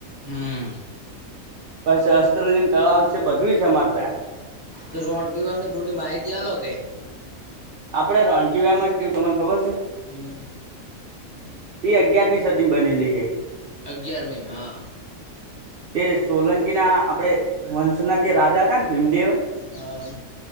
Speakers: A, on the right; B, on the right.
A: હમ
B: પછ અસ્ત્રલિન તળાવ છે બધું છે અમારે ત.
A: તો રોણકીવામની થોડી માહિતીાલ કે.
B: આપડે રણ કવા એમાં એવું તમને ખબર છે.
A: હમ.
B: એ અગિયારમી સદી બનેલી હે.
A: અગિયારમીમાં હા.
B: તે સોલંકી ના આપણેે વંશના જે રાજા હતા ને ભીમદેવ.
A: હા